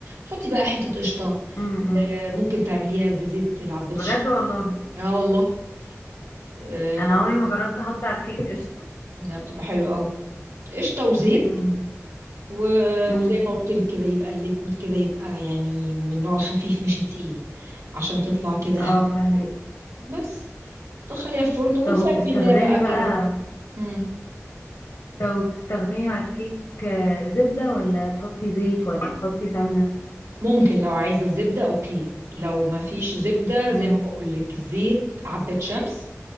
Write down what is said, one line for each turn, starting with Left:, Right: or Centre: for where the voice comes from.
Right: حطي بقى حتة قشطة
Left: امم
Right: آه، ممكن تعمليها بزيت العباد
Left: بجد
Right: الشمس
Left: والله
Right: اه والله آه،
Left: أنا
Right: ممكن
Left: عمري ما جربت أحط على الكيك قشطة
Right: انها بتبقى حلوة قوي قشطة وزيت
Left: امم
Right: و...
Left: امم
Right: وزي ما قلت لك كده يبقى الليكويد كده يبقى يعني من النوع الخفيف مش التقيل عشان تطلع كده
Left: اه
Right: هش-
Left: فاهمك
Right: حلو بس تدخليها الفرن وتسمي
Left: طب وبتستخدمي
Right: الله بقى
Left: بقى
Right: كده مم.
Left: طب وبتستخدمي مع الكيك آه، زبدة ولا تحطي زيت ولا تحطي سمنة
Right: ممكن لو عايزة زبدة اوكي لو ما فيش زبدة زي
Left: امم
Right: ما بقول لك زيت عباد شمس